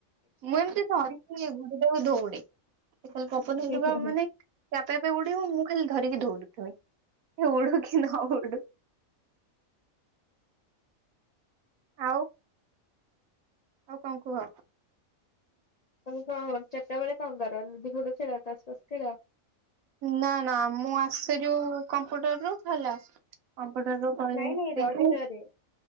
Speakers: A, on the right; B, on the left.
A: ମୁଁ ଏମିତି ସରିି ଗୋଟେଟକୁ ଦୌଉଡେ ପପଲି
B: ହେଲିଣି
A: ଆଉ ମାନେ ସେ ଆପେ ଆପେ ଉଡିବୁ ମୁଁ ଖାଲି ଧରିକି ଦୌଡୁଥୁମି଼ ଉଡୁ କି ନ ଉଡୁ ଆଉ ଆଉ କଣ କୁହ?
B: ତମ କଣ ଚାରିଟା ବେଳେ କଣ କର ଲୁଡୁ ଫୁଡ଼ୁ ଖେଳ ତାସ ଫାସ ଖେଳ?
A: ନା ନା ମୁଁ ଆସଛୁ ରୁ କମ୍ପୁଟର ରୁ ହେଲା କମ୍ପଟର ରୁ <unintelligible>
B: ନାଇଁ ନାଇଁ ରଜରେ।
A: ହ